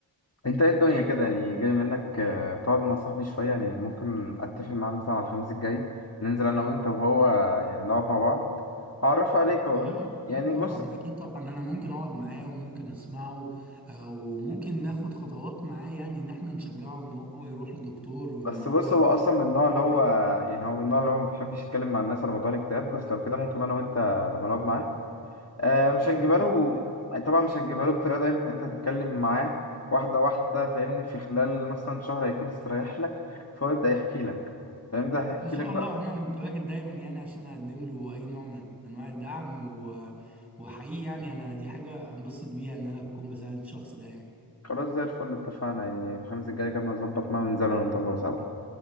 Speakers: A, on the left; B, in the centre.
A: انت ايه الدنيا كده يعني جاي منك آه، تقعد مع صاحبي شوية يعني ممكن اتفق معاه مثلا على الخميس الجاي ننزل انا وانت وهو يعني نقعد مع بعض اعرفه عليك
B: اه
A: اقول يعني
B: اكيد طبعا
A: بص
B: اكيد طبعا انا ممكن اقعد معاه وممكن اسمعه آه، وممكن ناخد خطوات معاه يعني ان احنا نشجعه ان هو يروح لدكتور وان
A: بس
B: هو
A: بص هو اصلا من النوع
B: يكون بيتعالج
A: اللي هو يعني هو من النوع اللي هو ما بيحبش يتكلم مع الناس على موضوع الاكتئاب بس لو كده ممكن انا وانت لما نقعد معاه آه، مش
B: احنا
A: هنجيبها له طبعا مش هنجيبها له بطريقة دايركت انت هتتكلم معاه واحدة واحدة فاهمني في خلال مثلا شهر هيكون استريح لك فهو يبدأ يحكي لك فاهم ده هيحكي
B: ان شاء
A: لك بقى
B: الله انا متواجد دايما يعني عشان اقدم له اي نوع من انواع الدعم و... وحقيقي يعني انا دي حاجه هنبسط بيها ان انا اكون بساعد الشخص ده يعني
A: خلاص زي الفل اتفقنا يعني الخميس الجاي كان هظبط معاه وننزل انا وانت سوا